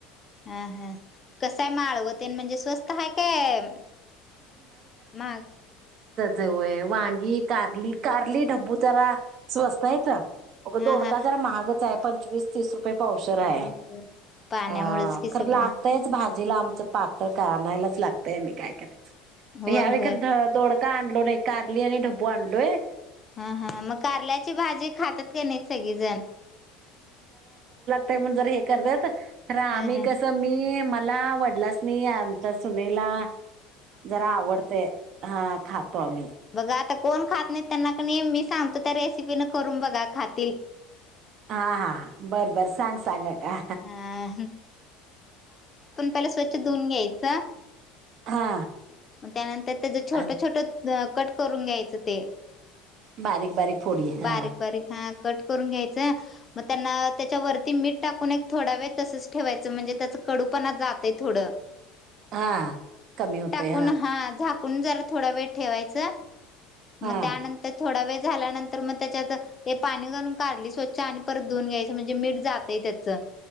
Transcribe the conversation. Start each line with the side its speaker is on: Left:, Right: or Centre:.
Left: हा हा कसय माळवते म्हणजे स्वस्त आहे काय मग
Right: वय वांगी कारली कारली ढब्बू जरा स्वस्त आहेेत अग
Left: हा
Right: तोडका
Left: हा
Right: जरा महागच आहे पंचवीस तीस पावषर आहे
Left: हो हो पाण्यामुळेच
Right: अ
Left: कि सगळं
Right: खर लागतयच भाजीला आमच पाक त का आणयलाच लागतय मी काय कराय
Left: होय
Right: या
Left: होय
Right: एकर द दोड का आणलो नाही कारली आणि ढबू आणलोय.
Left: हा हा मग कारल्याची भाजी खातात का नाहीत सगळी जण
Right: ते पण जर हे करतात. खर आम्ही
Left: हा हा
Right: कसं मी म मला आवडलास मी आमच्या सुनेला जरा आवडते हा खातो आम्ही
Left: बघा आता कोण खात नाही त्यांना कनी मी सांगतो त्या रेसिपी न करून बघा खातील.
Right: हा हा बर बर सांग सांग का
Left: हा पहिलं स्वच्छ धुवून घ्यायच.
Right: हा
Left: म त्यानंतर त्याज छोटं
Right: अन
Left: छोटं ग कट करून घ्यायचं ते
Right: बारीक बारीक फोडी हा
Left: बारीक बारीक हा कट करून घ्यायचंय. मग त्यांना त्याच्यावरती मीठ टाकून एक थोडा वेळ तसच ठेवायचं म्हणजे त्याच कडू पण जातय थोडं
Right: हा, कमी होतय.
Left: पुन हा झाक कण जरा थोडा वेळ ठेवायचं.
Right: हा
Left: म त्यानंतर थोडा वेळ झाल्यानंतर मग त्याच्यात ते पाणी घालून कारली स्वच्छ आणि परत धुऊून घ्यायचं म्हणजे मीठ जातय त्याचं.